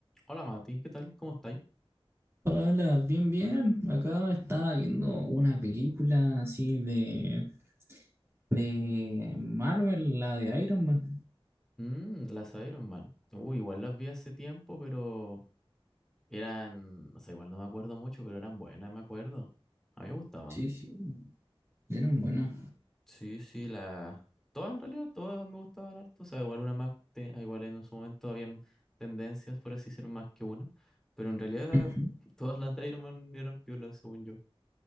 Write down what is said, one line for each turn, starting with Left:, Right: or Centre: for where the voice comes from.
Centre: Hola Mati, ¿qué tal? ¿Cómo estáis?
Right: Hola, hola, bien, bien. Acá estaba viendo una película así de, de Marvel, la de Iron Man.
Centre: Mm, las Iron Man. Uy, igual las vi hace tiempo, pero eran, no sé, igual no me acuerdo mucho, pero eran buenas, me acuerdo. A mí me gustaban.
Right: Sí, sí, eran buenas.
Centre: Sí, sí, las... Todas en realidad, todas me gustaban harto. O sea, igual una más, te- ah, igual en su momento habían tendencias, por así ser más que una. Pero en realidad
Right: Ujú.
Centre: <laughs> todas las de Iron Man eran piolas, según yo.